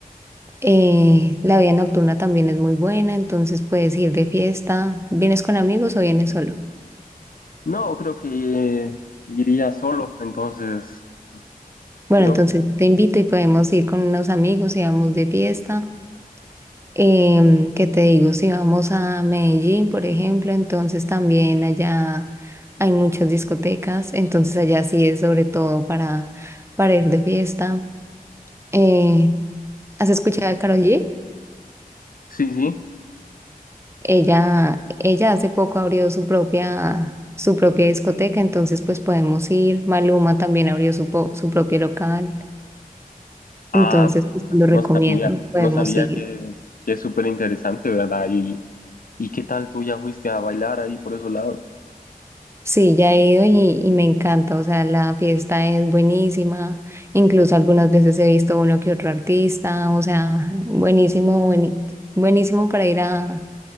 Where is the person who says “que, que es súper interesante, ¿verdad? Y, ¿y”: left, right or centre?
Left